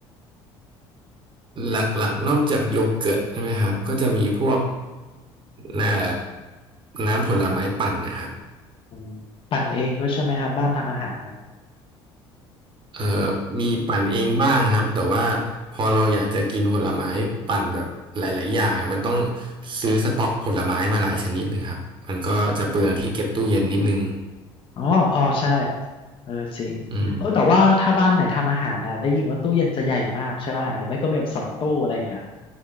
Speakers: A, on the right (about 40°); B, on the left (about 40°).
A: หลักๆนอกจากโยเกิร์ตใช่ไหมครับก็จะมีพวกน่ะน้ำผลไม้ปั่นนะครับ
B: อืมปั่นเองด้วยใช่ไหมครับบ้านทำอาหารเนี่ย
A: เอ่อมีปั่นเองบ้างครับแต่ว่าพอเราอยากจะกินผลไม้ปั่นแบบหลายๆอย่างมันต้องซื้อสต็อกผลไม้มาหลายชนิดนะครับมันก็จะเปลืองที่เก็บตู้เย็นนิดนึง
B: อ๋ออ๋อใช่เออจริงเออแต่ว่าถ้าบ้านไหนทำอาหารน่ะได้ยินว่าตู้เย็นจะใหญ่มากใช่ไหมหรือไม่ก็มีแบบสองตู้อะไรอย่างเงี้ย
A: อืม